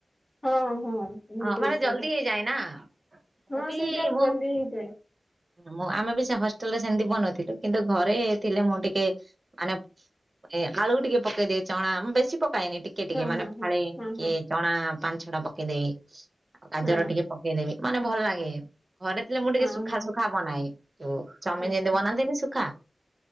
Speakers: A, on the left; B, on the right.
A: ହଁ ହଁ ବିଲକୁଲ
B: ଆ ମାନେ
A: ସେଇଟା
B: ଜଲ୍ଦି ହେଇଯାଏ ନାଁ ମୁଁ
A: ହଁ
B: ବି
A: ସେଇଟା
B: ବହୁ
A: <unintelligible>
B: ମୁଁ ଆମେ ବି ସେ ହଷ୍ଟେଲ୍ ରେ ସେମିତି ବନଉଥିଲୁ କିନ୍ତୁ ଘରେ ଥିଲେ ମୁଁ ଟିକେ ମାନେ ଏ ଆଳୁ ଟିକେ ପକେଇଦିଏ ଚଣା ବେଶୀ ପକାଏନି ଟିକେ ଟିକେ
A: ହଁ
B: ମାନେ
A: ହଁ
B: ଫାଳେ
A: ହଁ। ହଁ
B: କିଏଜ୍
A: ହଁ
B: ଚଣା ପାଞ୍ଚ୍ ଛ ଟା ପକେଇଦେଇ ଆଉ କାଜର
A: ହଁ
B: ଟିକେ ପକେଇଦେବି ମାନେ ଭଲ୍ ଲାଗେ। ଘରେ ଥିଲେ ମୁଁ ଟିକେ
A: ହଁ
B: ସୁଖା
A: ହଁ
B: ସୁୁଖା ବନାଏ ଯଉ ଚମିନ୍
A: ଆଚ୍ଛା
B: ଯେମିତି ବନାନ୍ତିନି ଶୁଖା